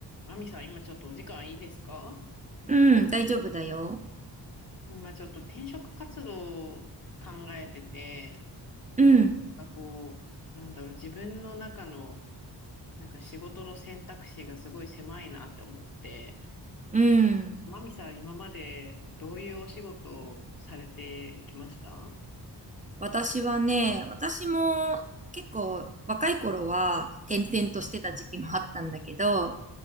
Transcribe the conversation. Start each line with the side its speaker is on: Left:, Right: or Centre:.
Left: マミさん、今ちょっとお時間いいですか
Right: うん、大丈夫だよ。
Left: 今ちょっと転職活動を考えてて、
Right: うん、
Left: なんかこう、なんだろう、自分の中のなんか仕事の選択肢がすごい狭いなって思って、
Right: うん。
Left: マミさん、今までどういうお仕事をされてきました
Right: 私はね、私も結構若い頃は転々としてた時期もあったんだけど、